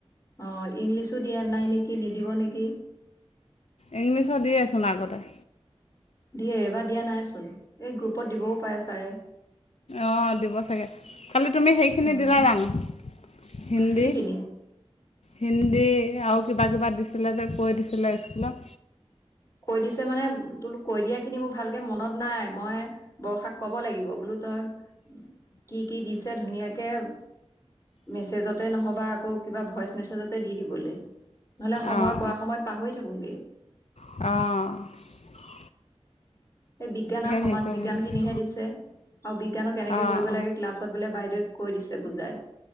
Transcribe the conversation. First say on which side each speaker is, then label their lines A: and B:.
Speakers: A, on the left; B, on the left.
A: অ', ইংলিছো দিয়া নাই নেকি দি দিব নেকি?
B: ইংলিছৰ দিয়ে চোন আগতে।
A: দিয়ে এইবাৰ দিয়া নাই চোন, এই গ্ৰুপত দিবও পাৰে ছাৰে।
B: অ', দিব চাগে, কালি তুমি সেইখিনি
A: উম,
B: দিলা জানো? হিন্দী।
A: কি খিনি
B: হিন্দী, আৰু কিবা কিবা দিছিলে যে কৈ দিছিলে স্কুলত।
A: কৈ দিছে মান, ে তোলো কৈ দিয়া খিনি মোৰ ভালকে মনত নাই মই, বৰ্ষাক কব লাগিব, বোলো তই, কি কি দিছে ধুনীয়াকে মেছেজতে নহবা আকৌ কিবা ভইচ মেছেজতে দি দিবলে। নহলে সময়
B: অঁ
A: কোৱা সময়ত পাহৰি থাকোগে।
B: অ',
A: এই বিজ্ঞান আৰু সমাজ
B: হেৰি কৰিব
A: বিজ্ঞান
B: লাগিব
A: খিনিহে দিছে, আৰু বিজ্ঞানো কেনেকে
B: অঁ
A: কৰিব লাগে ক্লাছত বোলে বাইদেউ কৈ দিছে বুজাই।